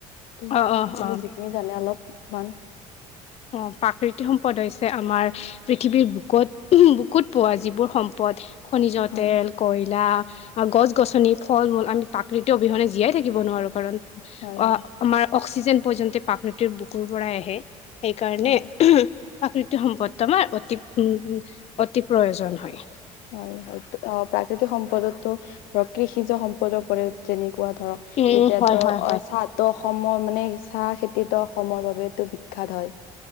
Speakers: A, on the left; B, on the left.
A: ত'
B: অ অ
A: আপুনি
B: অ
A: যিখিনি জানে অলপমান
B: অ' প্ৰাকৃতিক সম্পদ হৈছে আমাৰ পৃথিৱীৰ বুকত, বুকুত পোৱা যিবোৰ সম্পদ খনিজ'
A: হয়
B: তেল, কইলা আৰু গছ-গছনি, ফল-মূল আমি প্ৰাকৃতি অবিহনে জীয়াই থাকিব নোৱাৰো কাৰণ-
A: হয় হয়
B: অ' আমাৰ অক্সিজেন পৰ্যন্ত প্ৰাকৃতিক বুকুৰ পৰাই আহে সেইকাৰণে
A: হয়
B: প্ৰাকৃতিক সম্পদটো আমাৰ অতি উ' অতি প্ৰয়োজন হয়।
A: হয় হয়। অ প্ৰাকৃতিক সম্পদতো, ধক কৃষিজ সম্পদৰ ফলত যেনেকুৱা ধৰক
B: উম
A: এতিয়াতো
B: হয় হয়
A: অ
B: হয়
A: চাত ত অসমৰ মানে চাহ খেতিটো অসমৰ বাবেটো বিখ্যাত হয়।